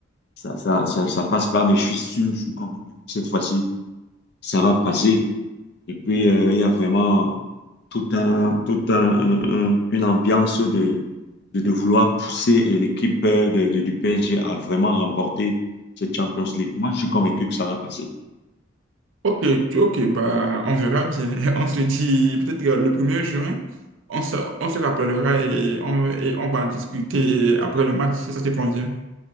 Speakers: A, on the left; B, on the right.
A: ça, ça, ça, ça passe pas, mais je suis sûr, je suis convaincu que cette fois-ci, ça va passer. Et puis, euh, il y a vraiment tout un, tout un, un- un- une ambiance de, de, de vouloir pousser euh, l'équipe euh, de, de- du PSG à vraiment remporter cette Champions League. Moi, je suis convaincu que ça va passer.
B: Ok, tu- ok, bah, on verra bien. <laughs> On se dit peut-être euh, le premier juin, on se, on se rappellera et on, et on va en discuter après le match si ça te convient.